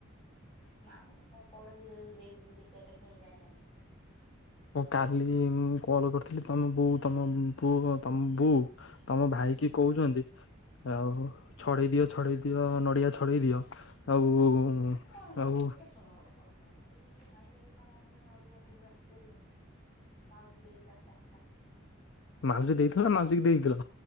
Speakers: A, on the left; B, on the left.
A: ନା ମୁଁ ପଡୋଶୀ ଘର ଦେଇଥିଲି ଦି ଚାରିଟା କିଣିକାଣି ଆଣିଥିଲୁ।
B: ହଁ କାଲି ମୁଁ କଲ କରିଥିଲି ତମ ବୋଉ ତମ ପୁଅ ତମ ବୁ ତମ ଭାଇ କି କହୁଛନ୍ତି ଆଉ ଛଡେଇ ଦିଅ ଛଡ଼େଇ ଦିଅ ନଡ଼ିଆ ଛଡ଼େଇ ଦିଅ ଆଉ
A: ହା କଣ
B: ଆଉ
A: ଗୋଟା ଶୁଣ ଗୋଟେ କଥା। ନଡିଆ ଗଛ ନାହିଁ ବୋଲି କଣ ଆମର ନଡିଆ କୋଉଠୁ ଆସିପାରିବନି ମାଉସୀ ଦେଇଥିଲା ଚା
B: ମାଉସୀ ଦେଇଥିଲା ନା ମାଉସୀ କି ଦେଇଥିଲ।